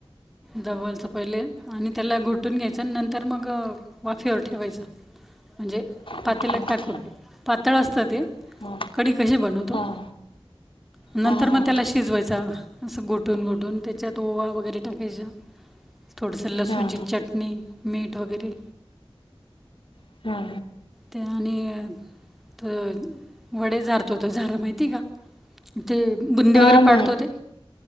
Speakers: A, in the centre; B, on the left.
A: दबायचं पहिले आणि त्याला घोटून घ्यायचं नंतर मग अ वाफेवर ठेवायचं. म्हणजे पातेलात
B: ओके
A: टाकून,
B: ओके
A: पातळ असतं ते.
B: हा
A: कढी कशी बनवतो?
B: हा हा
A: नंतर
B: हा
A: मग त्याला शिजवायचा अस घोटून घोटून त्याच्यात ओवा वगैरे टाकायचं थोडंसं लसूणची
B: हा
A: चटणी, मीठ वगैरे.
B: हा हा
A: त्यानी तर वडे झारतो तो झारा माहितेय का ते बुंदी
B: हा
A: वगैरे
B: हा माहिती
A: पाडतो ते